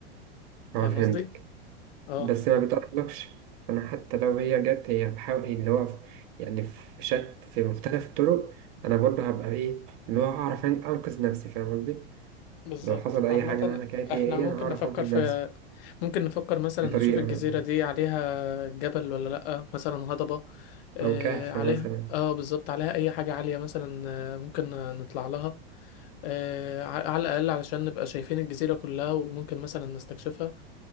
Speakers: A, on the left; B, on the right.
A: فاهم
B: اه فهمتك
A: قصدي؟ اه
B: بس ما بتقربلكش انا حتى لو هي جت هي بحاول اللي هو في- يعني في شت في مختلف الطرق انا برضه هبقى ايه اللي هو اعرف أن- انقذ نفسي فاهم قصدي
A: بالظبط
B: لو حصل اي
A: عامة
B: حاجه مهما كانت
A: احنا
B: هي ايه
A: ممكن
B: انا هعرف
A: نفكر
B: انقذ
A: في
B: نفسي
A: ممكن نفكر مثلا
B: بطريقه
A: نشوف الجزيرة دي عليها جبل ولا لأ مثلا هضبة آه
B: او كهف
A: عليها
B: مثلا
A: اه بالظبط عليها أي حاجة عالية مثلا آه، ممكن نطلع لها آه على على الأقل علشان نبقى شايفين الجزيرة كلها وممكن مثلا نستكشفها